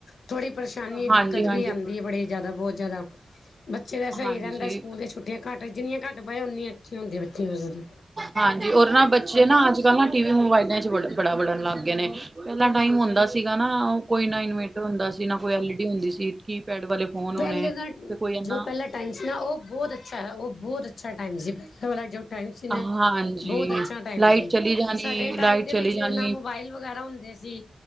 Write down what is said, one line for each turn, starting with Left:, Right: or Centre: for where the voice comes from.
Left: ਥੋੜ੍ਹੀ ਪਰੇਸ਼ਾਨੀ
Right: ਹਾਂਜੀ
Left: ਦਿੱਕਤ
Right: ਹਾਂਜੀ
Left: ਵੀ ਆਂਦੀ ਐ ਬੜੀ ਜਾਦਾ ਬੋਤ ਜਾਦਾ ਬੱਚੇ ਤਾਂ ਸਈ
Right: ਹਾਂਜੀ
Left: ਰੈਂਦੇ ਸਕੂਲ ਛੁੱਟੀਆਂ ਘੱਟ ਜਿੰਨੀਆਂ ਘੱਟ ਪਏ ਉਨੀ ਅੱਛੀਆ ਹੁੰਦੀ ਬੱਚੇ ਵੈਸੇ ਤੇ
Right: ਹਾਂਜੀ ਔਰ ਨਾ ਬੱਚੇ ਨਾ ਅੱਜ ਕੱਲ੍ਹ ਨਾ ਟੀ ਵੀ ਮੋਬਾਇਲਾਂ 'ਚ ਵੜੇ ਬੜਾ ਬੜਨ ਲੱਗ ਗਏ ਨੇ ਪੈਲਾਂ ਟਾਈਮ ਹੁੰਦਾ ਸੀਗਾ ਨਾ ਓ ਕੋਈ ਨਾ ਇਨਵੇਟਰ ਹੁੰਦਾ ਸੀ ਨਾ ਕੋਈ ਐਲ ਈ ਡੀ ਹੁੰਦੀ ਸੀ ਕੀਪੈਡ ਵਾਲੇ ਫੋਨ ਹੋਣੇ
Left: ਪੈਲੇ ਦਾ
Right: ਤੇ ਕੋਈ ਇਨਾ
Left: ਜੋ ਪੈਲਾ ਟੈਮ ਸੀ ਨਾ ਓ ਬੋਤ ਅੱਛਾ ਐ ਓ ਬੋਤ ਅੱਛਾ ਟੈਮ ਸੀ ਪੈਲਾਂ ਵਾਲਾ ਜੋ ਟੈਮ ਸੀ ਨਾ
Right: ਹਾਂਜੀ
Left: ਬੋਤ ਅੱਛਾ ਟੈਮ
Right: ਲਾਈਟ
Left: ਸੀ
Right: ਚਲੀ ਜਾਣੀ
Left: ਸਾਡੇ
Right: ਲਾਈਟ
Left: ਟੈਮ ਦੇ
Right: ਚਲੀ
Left: ਵਿੱਚ
Right: ਜਾਣੀ
Left: ਨਾ ਮੋਬਾਈਲ ਵਗੈਰਾ ਹੁੰਦੇ ਸੀ।